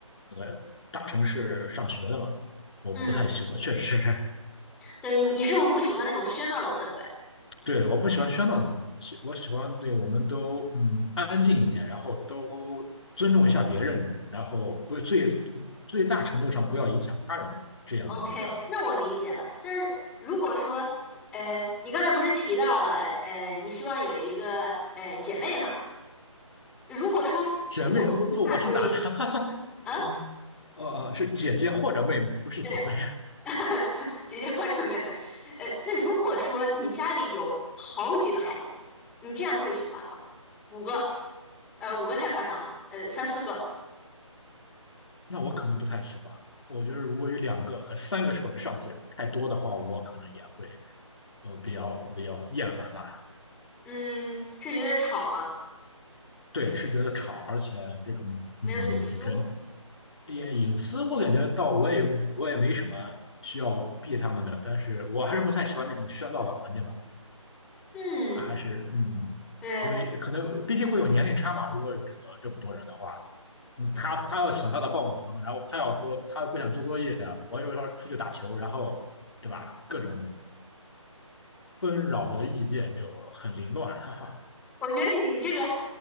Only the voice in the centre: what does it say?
嗯，
对，你你是不是不喜欢那种喧闹的氛围？
OK，那我理解了。那如果说，呃，你刚才不是提到了，呃，你希望有一个呃姐妹嘛？如果说你有一大堆，
啊，
对，<laughs> 姐姐或者妹妹，呃，那如果说你家里有好几个孩子呢，你这样会喜欢吗？五个，呃，五个太夸张了，呃，三四个，
嗯，是觉得吵吗？
没有隐私？
嗯，
对，
我觉得你这个